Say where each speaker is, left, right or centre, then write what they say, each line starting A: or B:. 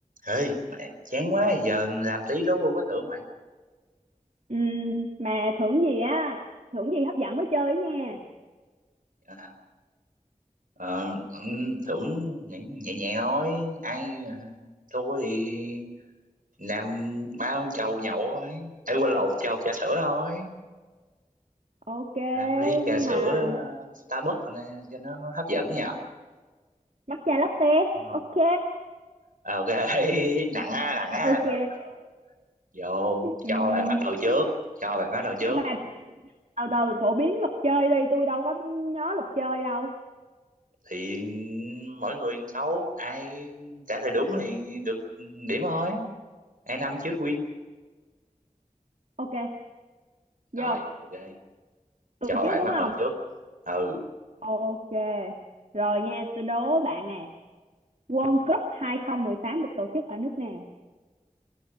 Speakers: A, on the right; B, on the right.
A: Ê, mẹ, chán quá giờ làm tí đố vui có thưởng mày
B: Ừm, mà thưởng gì á thưởng gì hấp dẫn mới chơi nha
A: à, ờ, ừm, thưởng nhẹ nhẹ nhẹ thôi ai à, thua thì làm bao chầu nhậu thôi ai quên lộn chầu trà sữa thôi
B: ok
A: làm ly trà
B: nhưng
A: sữa
B: mà
A: ờ, Starbucks này, cho nó, nó hấp dẫn nhờ
B: matcha latte
A: Không.
B: ok
A: ok <laughs> nặng á nặng á
B: ok
A: được được vô
B: Ừm,
A: cho bạn bắt đầu trước cho bạn bắt đầu trước
B: nhưng mà từ từ phổ biến luật chơi đi tôi đâu có nhớ luật chơi đâu
A: thì mỗi người một câu ai trả lời đúng thì được điểm thôi ai năm trước win
B: ok vô
A: Rồi, ok.
B: tôi
A: Cho
B: trước
A: bạn
B: đúng
A: bắt
B: không
A: đầu trước. Ừ,
B: ok rồi nha tôi đố bạn nè World Cup 2018 được tổ chức ở nước nào